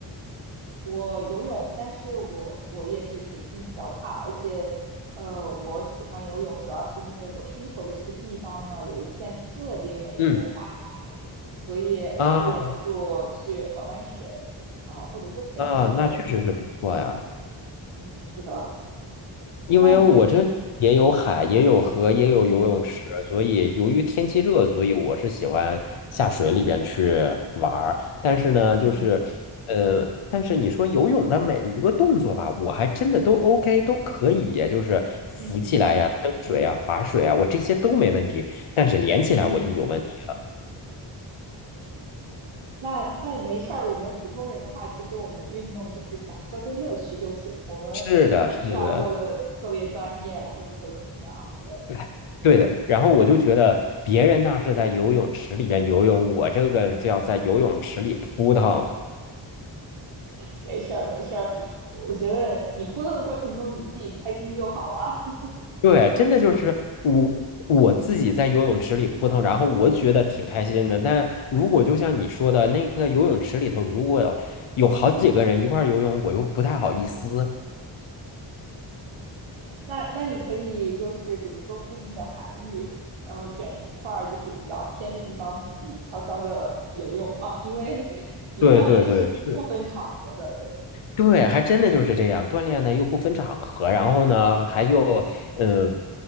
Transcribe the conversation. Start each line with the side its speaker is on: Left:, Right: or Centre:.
Right: 我游泳，但是我我也是水性比较差，而且，呃，我喜欢游泳主要是因为我生活的这个地方呢有一片特别美丽的大海，
Left: 嗯
Right: 所以我会忍不住去玩玩水，
Left: 啊
Right: 啊、或者说潜潜水。
Left: 啊，那确实是不错呀。
Right: 嗯嗯，是的。
Left: 因为我这也有海，
Right: 那你，
Left: 也有河，也有游泳池，
Right: 嗯
Left: 所以由于天气热，所以我是喜欢下水里边去玩儿。但是呢，就是呃，
Right: 嗯
Left: 但是你说游泳的每一个动作吧，我还真的都 OK，都可以，就是浮起来呀、
Right: 嗯
Left: 蹬水呀、划水啊，我这些都没问题。但是连起来我就有问题了。
Right: 嗯，那那没事儿。我们普通人的话，其实我们运动就是享受乐趣就行，我们不需要做的特别专业，
Left: 是的，是的。
Right: 或者说怎么样。对。
Left: 哎对的，然后我就觉得别人那是在游泳池里边游泳，我这个就要在游泳池里扑腾。
Right: 没事儿，没事儿。我觉得你扑腾的过程中，你自己开心就好啊。<laughs>
Left: 对，真的就是我我自己在游泳池里扑腾，然后我觉得挺开心的。但如果就像你说的那个游泳池里头，如果有有好几个人一块儿游泳，我又不太好意思。
Right: 那那你可以就是比如说附近的海域，然后选一块儿就是比较偏的地方，自己悄悄的游泳嘛。因为 <laughs> 体育锻炼其实不分场合的，
Left: 对对对，是。
Right: 对，
Left: 对，还真的就是这样，锻炼呢又不分场合，然后呢还又呃，